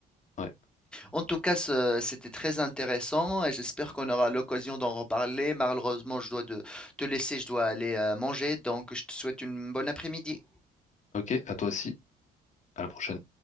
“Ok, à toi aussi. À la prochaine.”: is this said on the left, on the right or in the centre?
Left